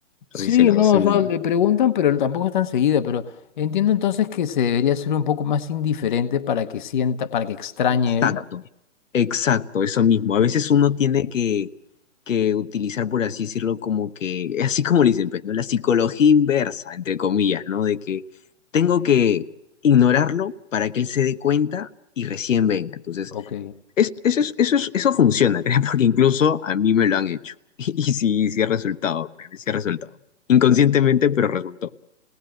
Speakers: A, on the left; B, on the left.
A: o sea,
B: Sí,
A: si se las
B: no,
A: hacen
B: o sea, le preguntan, pero tampoco es tan seguido, pero entiendo entonces que se debería ser un poco más indiferente para que sienta, para que extrañe
A: Exacto,
B: él.
A: exacto, eso mismo.
B: Ok,
A: A veces uno tiene que, que utilizar, por así decirlo, como que, <laughs> así como le dicen, pues, ¿no? La psicología inversa, entre comillas, ¿no? De que tengo que ignorarlo para que él se dé cuenta y recién venga. Entonces,
B: ok,
A: es- eso, es- eso, es- eso funciona, <laughs> creo, porque incluso a mí me lo han hecho. <laughs> Y, sí, sí ha resultado, créeme, sí ha resultado. Inconscientemente, pero resultó.